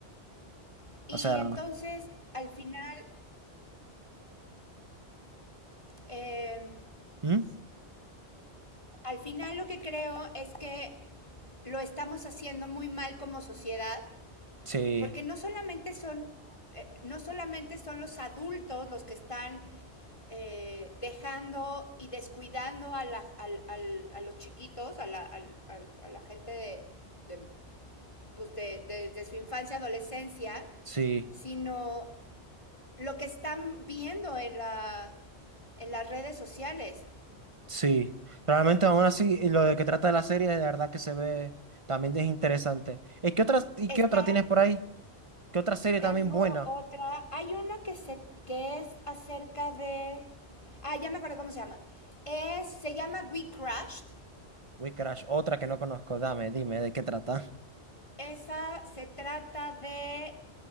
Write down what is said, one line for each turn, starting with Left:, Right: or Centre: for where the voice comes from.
Left: Y
Right: O sea,
Left: entonces, al final, eh,
Right: ¿Mm?
Left: al final lo que creo es que lo estamos haciendo muy mal como sociedad,
Right: Sí,
Left: porque no solamente son, eh, no solamente son los adultos los que están eh, dejando y descuidando a, la, al, al, a los chiquitos, a la, al, a a la gente de, de, pues de, de, de su infancia, adolescencia,
Right: sí,
Left: sino lo que están viendo en, la, en las redes sociales.
Right: sí. Realmente aún así, lo de que trata de la serie, de verdad que se ve, también es interesante. ¿Y qué otras, y
Left: Están
Right: qué otra tienes por ahí? ¿Qué otra serie
Left: Tengo
Right: también buena?
Left: otra. Hay una que se que es acerca de. Ah, ya me acuerdo cómo se llama. Es, se llama We Crashed.
Right: Witchcraft, otra que no conozco. Dame, dime, ¿de qué trata?
Left: Esa se trata de